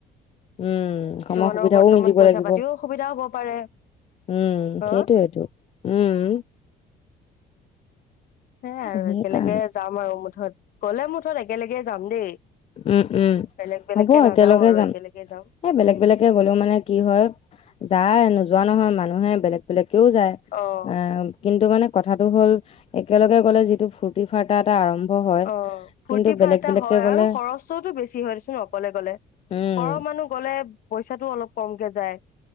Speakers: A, on the left (about 35°); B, on the left (about 55°).
A: উম,
B: কিছুমানৰ
A: সময় সুবিধাও
B: বৰ্তমান
A: মিলিব
B: পইচা
A: লাগিব।
B: পাতিও অসুবিধা হ'ব পাৰে।
A: উম
B: হা?
A: সেইটোয়েটো উম
B: সেইয়া আৰু
A: সেইকাৰণে
B: একেলগে যাম আৰু মুঠত গলে মুঠত একেলগে যাম দেই
A: উম উম
B: বেলেগ বেলেগকে
A: হ'ব
B: নাযাও
A: একেলগে
B: আৰু
A: যাম
B: একেলগে যাম।
A: এই বেলেগ
B: উম।
A: বেলেগকে গলেও মানে কি হয় যায় নোযোৱা নহয় মানুহ এ বেলেগ বেলেগ কও যায়
B: অ',
A: আহ। কিন্তু মানে কথাটো হ'ল একেলগে গ'লে যিটো ফূুৰ্তি ফাৰ্তা এটা আৰম্ভ। হয়
B: অ ফূৰ্তি
A: কিন্তু
B: ফাৰ্তা
A: বেলেগ বেলেগকে
B: হয় আৰু
A: গ'লে
B: খৰচ। বেছি হয়োন অকলে গ'লেৰৰ
A: উম
B: মানুহ গলে পইচাটো অলপ। কমকে যায়।